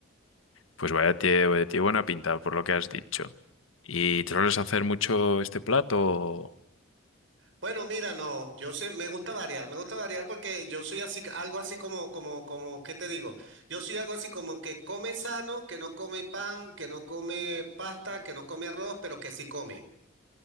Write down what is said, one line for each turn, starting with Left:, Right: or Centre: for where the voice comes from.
Left: Pues vaya tie- vaya tiene buena pinta por lo que has dicho. ¿Y te sueles hacer mucho este plato? o-
Right: Bueno, mira, no, yo sé, me gusta variar, me gusta variar porque yo soy así, algo así como, como, como, ¿qué te digo? Yo soy algo así como que come sano, que no come pan, que no come pasta, que no come arroz, pero que sí come.